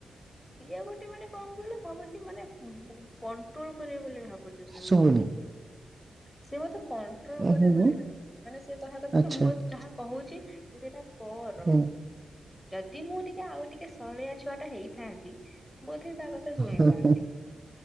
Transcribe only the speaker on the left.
ସିଏ ଗୋଟେ ମାନେ କଣ କହିଲ, କହୁଛି ମାନେ କଣ୍ଟ୍ରୋଲ କରିବେ ବୋଲି ଭାବୁଛି। ସିଏ
ମତେ କନ କରିବ
ବୋଲି
ଭାବ, ମାନେ ସେ କହ କଥା
କି ମୁଁ ଯାହା କହୁଛି ତୁ ସେଇଟା କର।
ଯଦି ମୁଁ ଟିକେ ଆଉ ଟିକେ ସରଳିଆ ଛୁଆ ଟା ହେଇଥାନ୍ତି, ବୋଧେ ତା କଥା ଶୁଣିଥାନ୍ତି,